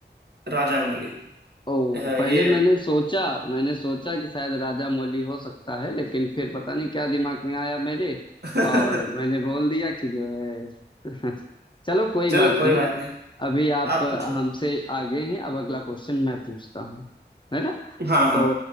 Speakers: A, on the right; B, on the left.
A: राजामौली
B: ओ
A: अ, ये
B: पहले मैंने सोचा मैंने सोचा कि शायद राजा मौली हो सकता है लेकिन फिर पता नहीं क्या दिमाग में आया मेरे
A: <laughs>
B: और मैंने बोल दिया कि जो है <laughs> चलो कोई
A: चलो
B: बात
A: कोई
B: नहीं
A: बात नहीं
B: अभी आप
A: आप पूछो
B: हमसे आगे हैं अब अगला क्वेश्चन मैं पूछता हूँ है ना
A: हाँ हाँ
B: तो